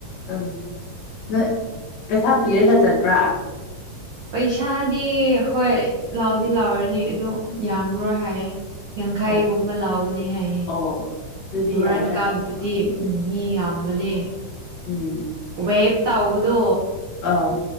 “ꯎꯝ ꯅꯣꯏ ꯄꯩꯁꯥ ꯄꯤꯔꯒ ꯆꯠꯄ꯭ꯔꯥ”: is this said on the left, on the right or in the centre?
Left